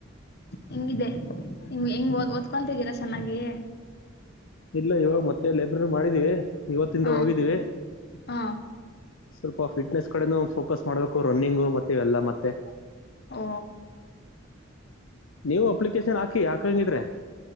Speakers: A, on the left (about 50°); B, on the left (about 75°).
A: ಹೆಂಗಿದೆ ನೀವು ಹಂಗ್ ಹೆಂಗ್ ಓದ್ಕೊತಿದ್ದೀರಾ ಚೆನ್ನಾಗಿ.
B: ಇಲ್ಲ ಇವಾಗ ಮತ್ತೆ ಲೈಬ್ರರಿ ಮಾಡಿದೀವಿ ಇವತ್ತಿಂದ
A: ಹಾ
B: ಹೋಗಿದ್ದೀವಿ.
A: ಹಾ
B: ಸ್ವಲ್ಪ ಫಿಟ್ನೆಸ್ ಕಡೆನೂ ಫೋಕಸ್ ಮಾಡ್ಬೇಕು ರನ್ನಿಂಗ್ ಮತ್ತೆ ಇವೆಲ್ಲಾ ಮತ್ತೆ.
A: ಓ
B: ನೀವು ಅಪ್ಲಿಕೇಶನ್ ಹಾಕಿ ಹಾಕಂಗಿದ್ರೆ.